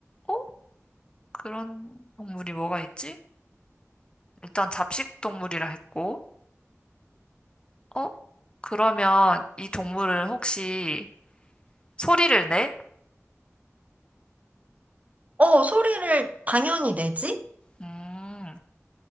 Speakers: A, on the left; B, on the right.
A: 어? 그런 동물이 뭐가 있지? 일단 잡식 동물이라 했고, 어? 그러면 이 동물은 혹시 소리를 내?
B: 어, 소리를 당연히 내지?
A: 음,